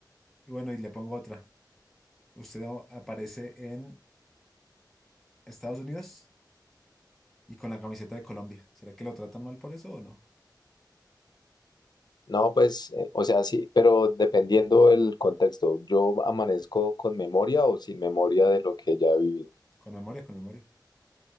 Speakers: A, in the centre; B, on the left.
A: y, y bueno, y le pongo otra. Usted a- aparece en Estados Unidos y con la camiseta de Colombia. ¿Será que lo tratan mal por eso o no?
B: No, pues, eh, o sea, sí, pero dependiendo del contexto, ¿yo amanezco con memoria o sin memoria de lo que ya he vivido?
A: Con memoria, con memoria.